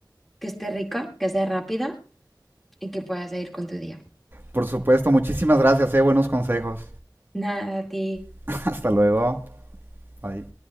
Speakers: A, in the centre; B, on the right.
A: que esté rica, que sea rápida y que puedas seguir con tu día.
B: Por supuesto, muchísimas gracias, eh, buenos consejos.
A: Nada, a ti.
B: <laughs> Hasta luego. Bye.